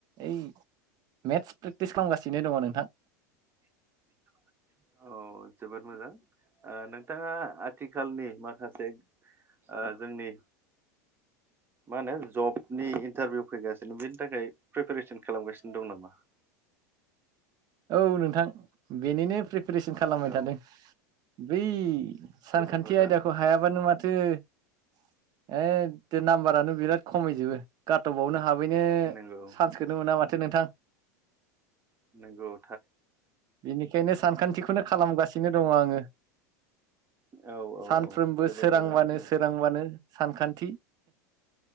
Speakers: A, on the right; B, on the right.
A: ओइ मेथ्स प्रेक्टिस खालामगासिनो दङ नोंथां
B: <inaudible> औ जोबोद मोजां ओ नोंथाङा आथिखालनि माखासे ओ जोंनि मा होनो जबनि इनटारभिउ फैगासिनो बेनि थाखाय प्रिपेरेसन खालामगासिनो दं नामा? <inaudible>
A: औ नोंथां बेनिनो प्रि प्रिपेरेसन खालामबाय
B: औ
A: थादों बै सानखान्थि
B: जोबोद मोजां
A: आयदाखौ हायाबानो माथो ए दे नामबारानो बिराद खमिजोबो काटअबावनो हाबैनो
B: नंगौ
A: चान्सखौनो मोना माथो नोंथां
B: नोंगौ
A: बेनिखायनो सानखान्थिखौनो खालामगासिनो दङ आङो
B: औ औ
A: सानफ्रोमबो
B: औ जोबोद
A: सोरांबानो
B: मोजां
A: सोरांबानो सानखान्थि